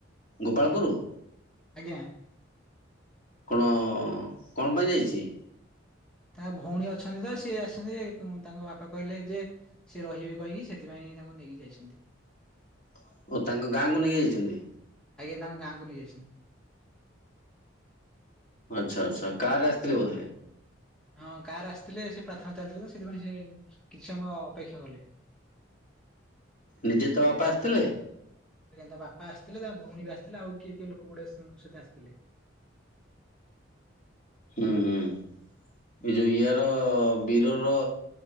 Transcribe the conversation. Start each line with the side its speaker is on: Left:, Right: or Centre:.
Left: ଗୋପାଳପୁର।
Centre: ଆଜ୍ଞା।
Left: କଣ କଣ ପାଇଁ ଯାଇଛି।
Centre: ତା ଭଉଣୀ ଅଛନ୍ତି ତ ସିଏ ଆସଛନ୍ତି ତାଙ୍କ ବାପା କହିଲେ ଯେ ସେ ରହିବେ କହିକି ସେଥିପାଇଁ ତାଙ୍କୁ ନେଇକି ଯାଇଛନ୍ତି।
Left: ଓ ତାଙ୍କ ଗାଁକୁ ନେଇକି ଯାଇଛନ୍ତି।
Centre: ଆଜ୍ଞା ତା ଙ୍କ ଗାଁକୁ ନେଇଯାଇଛନ୍ତି।
Left: ଆଚ୍ଛା ଆଚ୍ଛା କାର ରେ ଆସିଥିଲେ ବୋଧେ।
Centre: ହଁ କାର୍ ରେ ଆସିଥିଲେ ସେ ପ୍ରାର୍ଥନା ଚାଲିଥିଲା ତ ସେଥିପାଇଁ ସେ କିଛି ସମୟ ଅପେକ୍ଷା କଲେ।
Left: ନିଜେ ତା ବାପା ଆସିଥିଲେ।
Centre: ଆଜ୍ଞ ତା ବାପା ଆସିଥିଲେ ତାଙ୍କ ଭଉଣୀ ବି ଆସିଥିଲେ ଆଉ କିଏ କିଏ ଲୋକ ଗୁଡେ ସହିତ ଆସିଥିଲେ।
Left: ହୁଁ ହୁଁ। ଏ ଯୋଉ ଇଆ ର ବିର ର